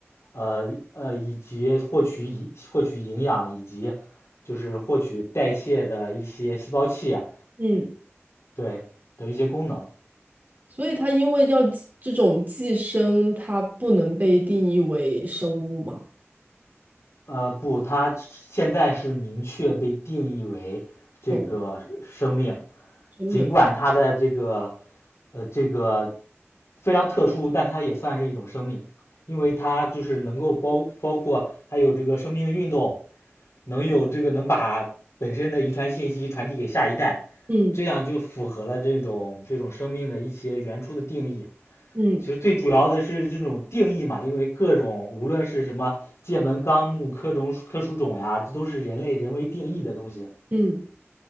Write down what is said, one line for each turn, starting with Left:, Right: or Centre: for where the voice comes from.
Left: 呃呃以及获取以获取营养，以及就是获取代谢的一些细胞器啊
Right: 嗯，
Left: 对的一些功能。
Right: 所以它因为要寄这种寄生，它不能被定义为生物嘛，
Left: 呃，不，它现在是明确被定义为这个生命，
Right: 这种生命。
Left: 尽管它的这个呃这个非常特殊，但它也算是一种生命，因为它就是能够包包括它有这个生命的运动，能有这个能把本身的遗传信息传递给下一代，
Right: 嗯
Left: 这样就符合了这种这种生命的一些原初的定义啊。
Right: 嗯
Left: 其实最主要的是这种定义嘛，因为各种无论是什么界门纲目科种科属种呀，这都是人类人为定义的东西。
Right: 嗯。